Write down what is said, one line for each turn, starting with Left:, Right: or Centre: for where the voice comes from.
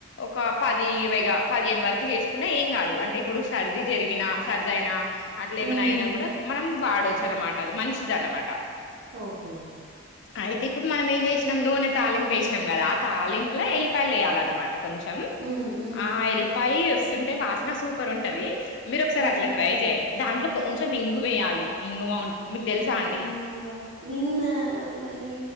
Left: ఒక పది ఇరవైగా పదిహేను వరకు చేసుకు ఏం కాదు అంటే ఇప్పుడు సర్ది జరిగినా సర్దయినా అట్లా ఏమనా
Right: ఉమ్
Left: అయినా
Right: ఉమ్
Left: కూడా మనం వాడవచ్చు అన్నమాట అది మంచిది అన్నమాట
Right: ఓకే ఓకే
Left: అయితే ఇప్పుడు మనం ఏం చేసినాం నూనె తాలింపు వేసినం కదా ఆ తాలింపులో ఎల్లిపాయలు వేయాలన్నమాట కొంచెం
Right: ఉమ్ ఉమ్
Left: ఆ టెల్లిపాయి వస్తుంటే వాసన సూపర్ ఉంటది మీరు ఒకసారి
Right: ఉమ్
Left: అట్లా ట్రై చేయండి దాంట్లో కొంచెం ఇంగు వేయాలి ఇంగుమా మీకు తెలుసా అండి
Right: ఇంగువ విన్నా కానీ